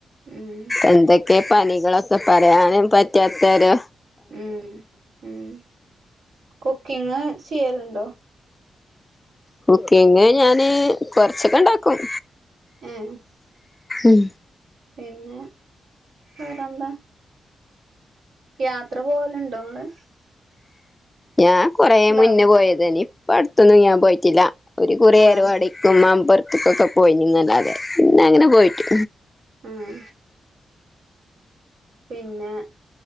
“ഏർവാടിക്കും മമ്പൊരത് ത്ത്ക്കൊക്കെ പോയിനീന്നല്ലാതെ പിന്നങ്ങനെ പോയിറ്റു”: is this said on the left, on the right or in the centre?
Left